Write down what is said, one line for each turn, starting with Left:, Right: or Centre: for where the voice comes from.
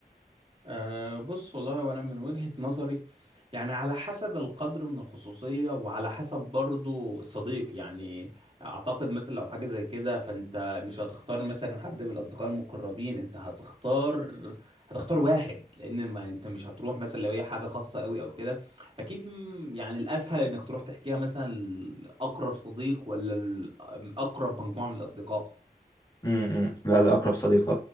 Right: أه بص والله وانا من وجهة نظري يعني على حسب القدر من الخصوصية وعلى حسب برضو الصديق يعني اعتقد مثلا لو حاجة زي كده فانت مش هتختار مثلا حد من الاصدقاء المقربين انت هتختار هتختار واحد لان ما انت مش هتروح مثلا لو هي حاجة خاصة قوي او كده اكيد م- يعني الاسهل انك تروح تحكيها مثلا لاقرب صديق ولا ال- اقرب مجموعة من الاصدقاء
Left: امم لا لا اقرب صديق